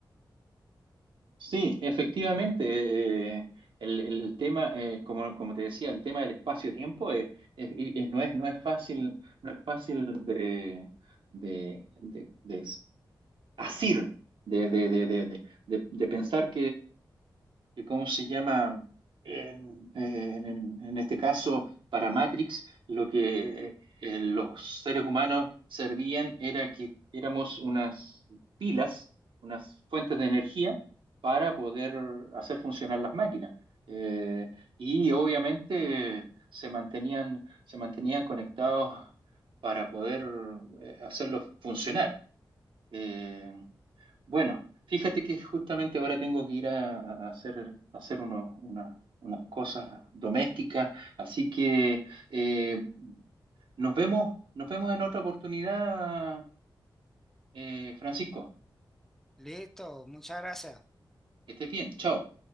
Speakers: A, on the right (about 70°); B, in the centre.
A: Sí, efectivamente. eh, el, el tema, eh, como, como te decía, el tema del espacio-tiempo es- es- y- y no es, no es fácil, no es fácil de, de, de, de asir, de, de, de, de, de, de- de pensar que ¿Cómo se llama? En, en- en- en este caso, para Matrix, lo que eh, eh, los seres humanos servían era que éramos unas pilas, unas fuentes de energía para poder hacer funcionar las máquinas. Eh, y obviamente se mantenían, se mantenían conectados para poder eh, hacerlos funcionar. Eh, bueno, fíjate que justamente ahora tengo que ir a, a hacer, a hacer unos- una- unas cosas domésticas, así que eh, nos vemos, nos vemos en otra oportunidad, eh, Francisco.
B: Listo, muchas gracias.
A: Que estés bien, chao.